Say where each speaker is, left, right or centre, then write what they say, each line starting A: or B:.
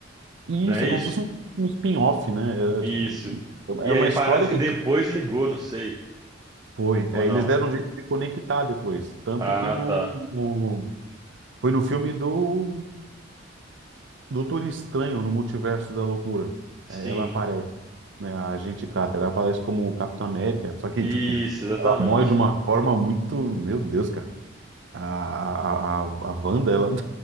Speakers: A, on the right (about 65°); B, on the right (about 20°).
A: E
B: não
A: isso
B: é
A: é
B: isso?
A: como se fosse um, um spin-off, né? Era,
B: Isso.
A: tipo,
B: E
A: era uma
B: aí
A: história
B: parece que
A: que
B: depois ligou, não sei,
A: foi.
B: ou
A: É,
B: não.
A: eles deram um jeito de conectar depois. Tanto
B: Ah,
A: que no,
B: tá.
A: no- foi no filme do Doutor Estranho, no Multiverso da Loucura.
B: Sim,
A: É, ela aparece, né? A agente Carter, ela aparece como o Capitão América. Só que,
B: isso,
A: tipo,
B: exatamente.
A: ela morre de uma forma muito. Meu Deus, cara. A, a, a, a Wanda, ela